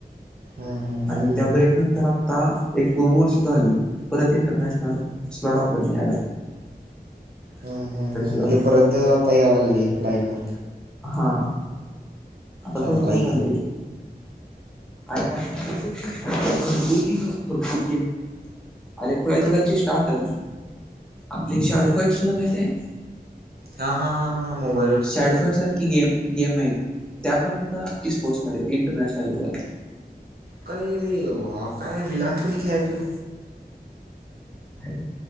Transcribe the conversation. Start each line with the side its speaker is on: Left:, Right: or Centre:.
Right: हं, हं, हं,
Centre: आणि त्या ब्रेक त्यानंतर आता एक दोन वर्ष झाली परत इंटरनॅशनल स्लॉट आपल्याला मिळाले
Right: हा हा हा
Centre: झाला
Right: म्हणजे परत आता यायला गेली लाईन वर
Centre: हा आता
Right: चांगला
Centre: धोक्यात
Right: आहे की.
Centre: आले अर भरपूर घ भरपूर घ अरे खुला आहे तुला क स्टाटल आपली शाडू फईट तुला माहिती आहे
Right: ह्या ह हा मोबाईल
Centre: शॅडोफाईट सारखी गेम गेम आहेत त्या पण आता स्पोर्ट्समध्ये इंटरनॅशनल लेवलला
Right: काही ह काय मिलान क ख्याळायचू
Centre: हर